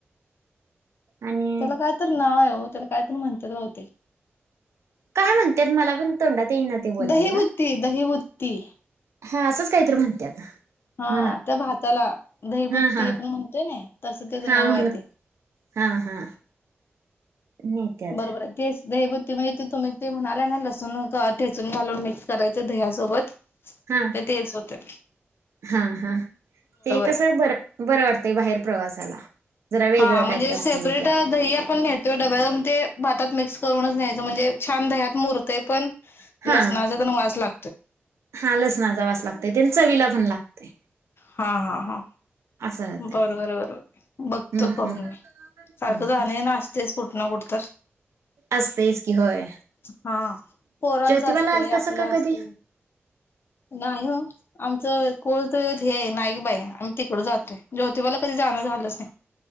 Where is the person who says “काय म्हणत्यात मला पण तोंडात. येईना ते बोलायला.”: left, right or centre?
Right